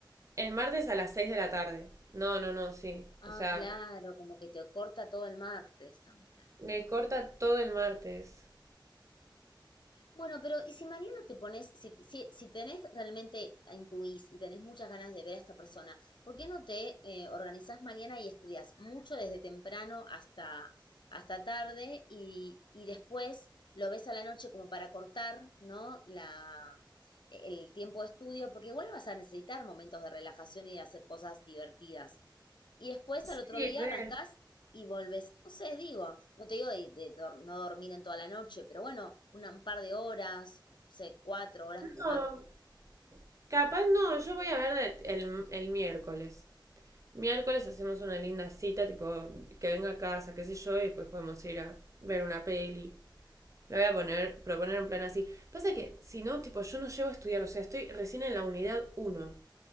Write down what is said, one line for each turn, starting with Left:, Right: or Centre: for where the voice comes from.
Right: el martes a las 6 de la tarde. No, no, no, sí.
Left: Ah,
Right: O sea,
Left: claro, como que te corta todo el martes también.
Right: me corta todo el martes.
Left: Bueno, pero y si mañana te pones, si, si, si tenés realmente ah, intuís y tenés muchas ganas de ver a esta persona, ¿por qué no te eh, organizás mañana y estudias mucho desde temprano hasta, hasta tarde y, y después lo ves a la noche como para cortar, ¿no? La, el tiempo de estudio, porque igual vas a necesitar momentos de relajación y de hacer cosas divertidas. Y después
Right: Sí,
Left: al otro día
Right: re.
Left: arrancás y volvés, no sé, digo, no te digo de, de dor- no dormir en toda la noche, pero bueno, una- un par de horas, no sé, cuatro horas
Right: No.
Left: como máximo.
Right: Capaz no, yo voy a ver el, el miércoles. Miércoles hacemos una linda cita, tipo, que venga a casa, qué sé yo, y después podemos ir a ver una peli. Le voy a poner, proponer un plan así. Pasa que, si no, tipo, yo no llego a estudiar, o sea, estoy recién en la unidad uno